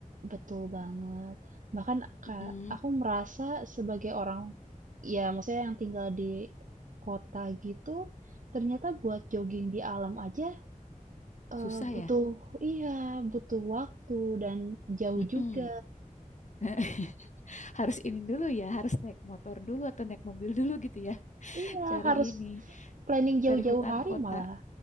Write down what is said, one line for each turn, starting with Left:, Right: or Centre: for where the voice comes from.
Right: Betul banget. Bahkan, Kak,
Left: Mm-mm.
Right: aku merasa sebagai orang, ya maksudnya yang tinggal di kota gitu, ternyata buat jogging di alam aja eh,
Left: Susah
Right: butuh,
Left: ya?
Right: iya, butuh waktu dan jauh
Left: Mm-mm.
Right: juga.
Left: <laughs> Harus ini dulu ya, harus naik motor dulu atau naik mobil dulu gitu ya. <laughs>
Right: Iya,
Left: Cari
Right: harus
Left: ini,
Right: planning jauh-jauh
Left: cari hutan
Right: hari
Left: kota
Right: malah.